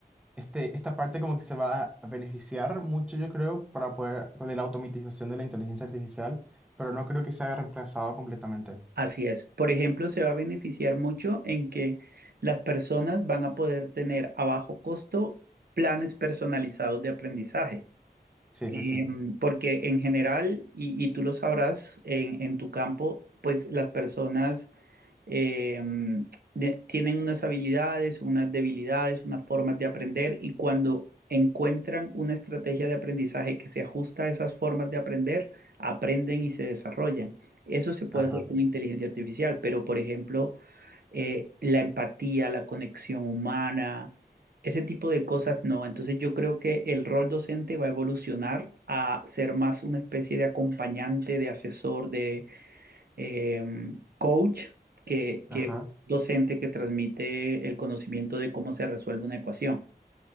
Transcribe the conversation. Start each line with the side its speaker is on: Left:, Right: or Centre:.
Centre: este, esta parte como que se va a beneficiar mucho, yo creo, para poder, de la automatización de la inteligencia artificial, pero no creo que se haya reemplazado completamente.
Right: Así es. Por ejemplo, se va a beneficiar mucho en que las personas van a poder tener a bajo costo planes personalizados de aprendizaje.
Centre: Sí,
Right: Em,
Centre: sí, sí.
Right: porque en general, y, y tú lo sabrás, en, en tu campo, pues las personas eh, de- tienen unas habilidades, unas debilidades, unas formas de aprender y cuando encuentran una estrategia de aprendizaje que se ajusta a esas formas de aprender, aprenden y se desarrollan. Eso se puede
Centre: Ajá.
Right: hacer con inteligencia artificial, pero por ejemplo, eh, la empatía, la conexión humana, ese tipo de cosas no. Entonces yo creo que el rol docente va a evolucionar a ser más una especie de acompañante, de asesor, de eh, coach, que, que
Centre: Ajá.
Right: docente que transmite el conocimiento de cómo se resuelve una ecuación.